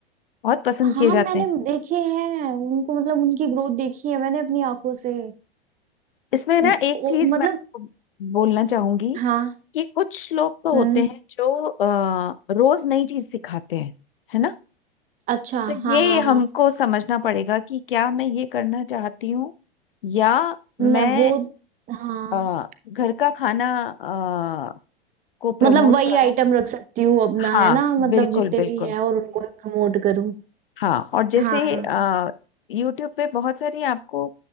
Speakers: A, on the left (about 60°); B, on the right (about 25°).
A: बहुत पसंद
B: हाँ
A: किए जाते
B: मैंने
A: हैं
B: देखे हैं उनको मतलब उनकी ग्रोथ देखी है मैंने अपनी आंखों से
A: इसमें
B: म-
A: ना एक
B: ओ,
A: चीज
B: मतलब
A: मैं आपको बोलना चाहूंगी
B: हाँ
A: कि कुछ लोग तो
B: हम्म
A: होते हैं जो अ, रोज नई चीज सिखाते हैं है ना
B: अच्छा
A: तो
B: हाँ
A: ये
B: हाँ
A: हमको
B: हाँ
A: समझना पड़ेगा कि क्या मैं ये करना चाहती हूँ या मैं
B: न, वो हाँ
A: अ, घर का खाना अ, को प्रमोट
B: मतलब वही
A: करूँ
B: आइटम रख सकती हूँ अपना
A: हाँ
B: है ना मतलब
A: बिल्कुल
B: जितने
A: बिल्कुल
B: भी है और उनको प्रमोट करूँ
A: हाँ और जैसे
B: हाँ
A: अ, YouTube पे बहुत सारी आपको